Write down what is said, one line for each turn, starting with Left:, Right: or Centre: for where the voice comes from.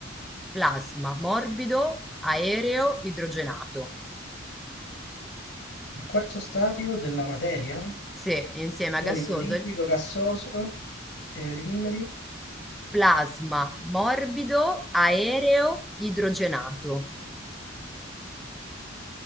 Centre: Plasma, morbido, aereo, idrogenato.
Left: Il quarto stadio della materia?
Centre: Sì, insieme
Left: Solido,
Centre: a gassoso,
Left: liquido,
Centre: il
Left: gassoso, eh, ridimmeli?
Centre: plasma morbido aereo idrogenato.